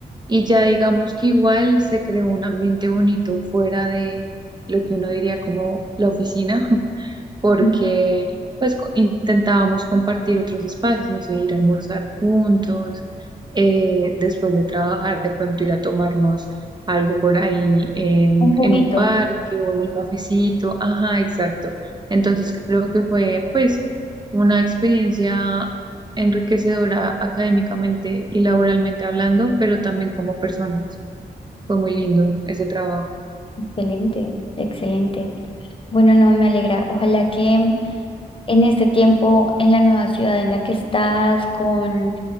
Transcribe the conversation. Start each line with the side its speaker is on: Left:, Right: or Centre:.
Right: Y ya digamos que igual se creó un ambiente bonito fuera de lo que uno diría como la oficina, <laughs> porque
Left: un
Right: pues co- intentábamos compartir otros espacios, no sé, ir a almorzar juntos, eh, después de trabajar, de pronto ir a tomarnos algo por ahí en,
Left: juguito.
Right: en un parque o en un cafecito, ajá, exacto. Entonces creo que fue pues una experiencia enriquecedora académicamente y laboralmente hablando, pero también como personas. Fue muy lindo ese trabajo.
Left: Excelente, excelente. Bueno, no, me alegra. Ojalá que mm, en este tiempo, en la nueva ciudad en la que estás, con,